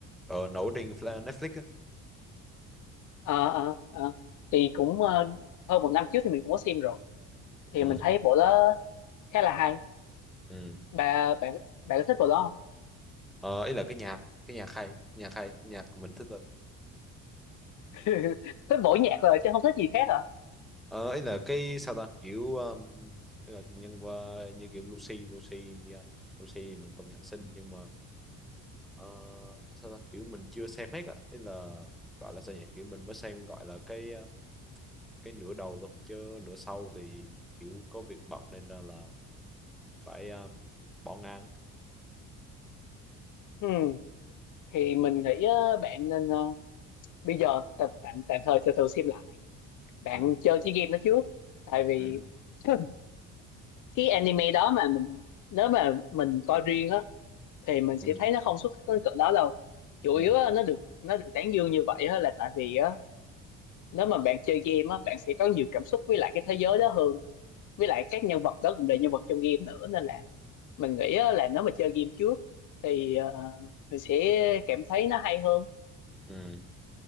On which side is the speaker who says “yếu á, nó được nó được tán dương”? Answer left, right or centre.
Left